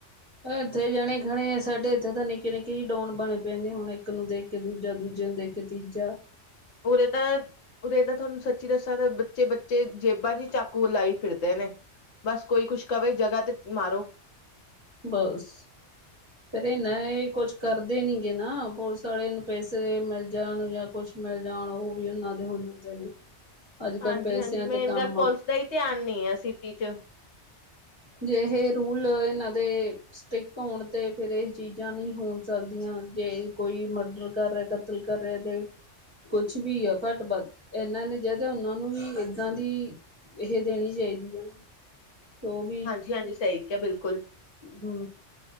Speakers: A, on the right; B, on the left.
A: ਇੱਥੇ ਜਣੇ-ਖਣੇ ਸਾਡੇ ਇੱਥੇ ਤਾਂ ਨਿੱਕੇ-ਨਿੱਕੇ ਹੀ ਡੋਨ ਬਣੇ ਪਏ ਨੇ, ਹੁਣ ਇੱਕ ਨੂੰ ਦੇਖ ਇੱਕ ਦੂਜਾ ਦੂਜੇ ਨੂੰ ਦੇਖ ਕੇ ਤੀਜਾ ਕਿ
B: ਓਰੇ ਤਾਂ ਉਰੇ ਤਾਂ ਤੁਹਾਨੂੰ ਸੱਚੀ ਦੱਸਾਂ ਤਾਂ ਬੱਚੇ-ਬੱਚੇ ਜੇਬਾਂ ਚ ਚਾਕੂ ਲਾਈ ਫਿਰਦੇ ਨੇ। ਬਸ ਕੋਈ ਕੁਛ ਕਵੇ, ਜਗ੍ਹਾ ਤੇ ਮਾਰੋ।
A: ਬਸ। ਫਿਰ ਇਹ ਨਾ ਇਹ ਕੁਛ ਕਰਦੇ ਨੀ ਗੇ ਨਾ। ਪੁਲਿਸ ਵਾਲੇ ਨੂੰ ਪੈਸੇ ਮਿਲ ਜਾਣ ਜਾਂ- ਕੁਛ ਮਿਲ ਜਾਣ, ਉਹ ਵੀ ਉਹਨਾਂ ਦੇ ਹੋ ਜਾਂਦੇ ਨੇ। ਅੱਜ
B: ਹਾਂਜੀ-ਹਾਂਜੀ।
A: ਕੱਲ੍ਹ ਪੈਸਿਆਂ
B: ਮੇਨ
A: ਤੇ ਕੰਮ
B: ਗੱਲ ਪੋਲਸ
A: ਆ
B: ਦਾ ਹੀ ਧਿਆਨ ਨੀ ਐ ਸਿਟੀ ਚ।
A: ਜਿਹੇ ਰੂਲ ਏਨਾਂ ਦੇ ਸਟਿਕ ਹੋਣ ਤੇ ਫੇਰ ਇਹ ਚੀਜ਼ਾਂ ਨਹੀਂ ਹੋ ਸਕਦੀਆਂ, ਜੇ ਕੋਈ ਮਰਡਰ ਕਰ ਰਿਹਾ ਕਤਲ ਕਰ ਰੇਹਾ ਜੇ ਕੁਛ ਵੀ ਆ ਕੱਟ-ਬਧ ਇਹਨਾਂ ਨੇ ਜਦ ਓਨਾਂ ਨੂੰ ਵੀ ਏਦਾਂ ਦੀ ਇਹ ਦੇਣੀ ਚਾਹੀਦੀ ਆ ਸੌਪ
B: ਹਾਂਜੀ-ਹਾਂਜੀ। ਸਹੀ ਕੇਹਾ ਬਿਲਕੁਲ
A: ਹੂੰ।